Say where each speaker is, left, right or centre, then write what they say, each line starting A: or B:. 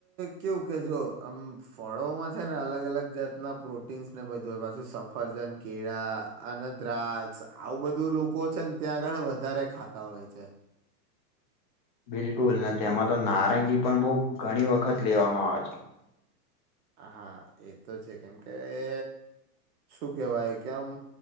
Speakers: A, on the right; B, on the left.
A: કેવું કે જો આમ ફળોમાં છે ને અલગ અલગ જાત ના પ્રોટીન્સ ને બધું પાછું સફરજન કેળા અને દ્રાક્ષ આવું બધું લોકો છે ને ત્યાં આગળ વધારે ખાતા હોય છે
B: <inaudible> બિલકુલ તેમાં તો નારંગી પણ બહુ ઘણી વખત લેવામાં આવે છે
A: હા એ તો છે કેમ કે એ શું કેહેવાય કે આમ